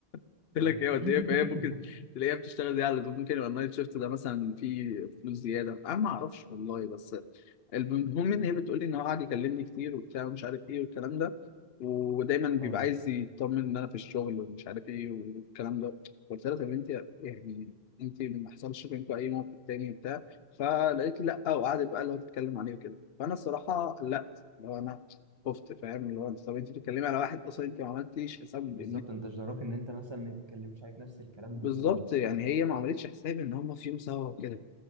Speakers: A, on the left; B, on the right.
A: قلت
B: اه
A: لك هي
B: <laughs>
A: وديه فهي ممكن تلاقيها بتشتغل زياده على اللابتوب ممكن يبقى النايت شيفت ده مثلا فيه فلوس زياده انا ما اعرفش والله بس المهم ان هي بتقول لي ان هو قاعد يكلمني كتير وبتاع ومش عارف ايه والكلام ده ودايما بيبقى
B: اه
A: عايز يطمن ان انا في الشغل ومش عارف ايه والكلام ده قلت لها طب انت يعني انت ما حصلش بينكم اي موقف تاني وبتاع فلقيت لي لا وقعدت بقى اللي هو تتكلم عليه وكده فانا الصراحه قلقت اللي هو انا خفت فاهم اللي هو طب انت بتتكلمي على واحد اصلا انت ما عملتيش حساب
B: بالظبط
A: ان
B: انت جدراك ان انت مثلا ما تتكلمش عليك نفس الكلام
A: بالظبط
B: في ظهرك
A: يعني
B: يعني
A: هي ما عملتش حساب ان هم في يوم سوا وكده